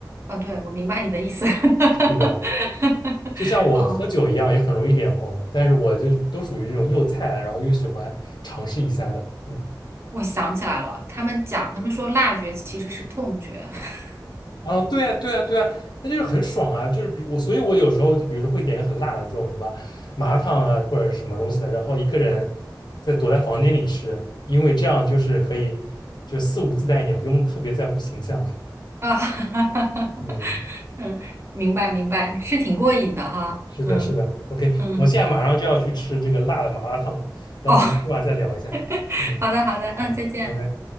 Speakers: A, on the right; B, on the left.
A: 哦，对，我明白你的意思。<laughs>
B: 是的，就像我喝酒一样，
A: 哦，
B: 也很容易脸红，但是我就都属于那种又菜，然后又喜欢尝试一下的。嗯。
A: 我想起来了，他们讲，他们说辣觉其实是痛觉 <laughs>
B: 哦，对啊，对啊，对啊，那就是很爽啊，就是比我，所以我有时候就比如说会点一个很辣的这种什么麻辣烫啊，或者是什么东西的，然后一个人在躲在房间里吃，因为这样就是可以就肆无忌惮一点，不用特别在乎形象。
A: 啊，<laughs> 哈哈哈
B: 嗯，
A: 嗯，明白，明白，是挺过瘾的哈，
B: 是的，
A: 嗯
B: 是的，OK，
A: 嗯，
B: 我现在马上就要去吃这个辣的麻辣烫了，等我们吃完再聊一下。
A: 哦，<laughs>
B: 嗯，
A: 好的，好的，嗯，
B: 好，
A: 再见。
B: 拜拜。